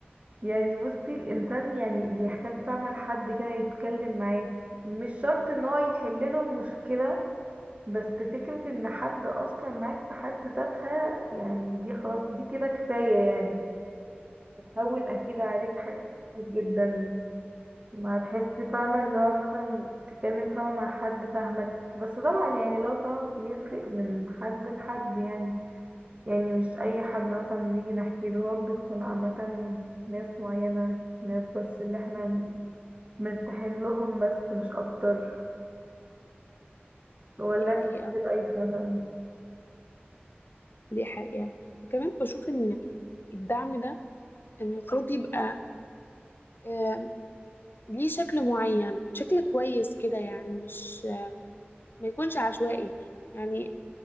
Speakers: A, on the right; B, on the left.
A: يعني بصي الانسان يعني بيحتاج فعلا لحد كده يتكلم معاه مش شرط ان هو يحلله المشكلة بس فكرة ان حد اصلا معاك في حد ذاتها يعني دي خلاص دي كده كفاية يعني هون اكيد عليك حاجات كتير جدا ما تحس فاهمة اللي هو مثلا تتكلم فاهمة مع حد فاهمك بس طبعا يعني اللي هو فاهمة بيفرق من حد لحد يعني يعني مش اي حد مثلا بنيجي نحكي له هو بتكون عامة ناس معينة ناس بس اللي احنا مرتاحين لهم بس مش اكتر ولا
B: دي حقيقة
A: انت إيه رأيك مثلا
B: دي حقيقة وكمان بشوف ان الدعم ده المفروض يبقى آم، ليه شكل معين شكل كويس كده يعني مش ما يكونش عشوائي يعني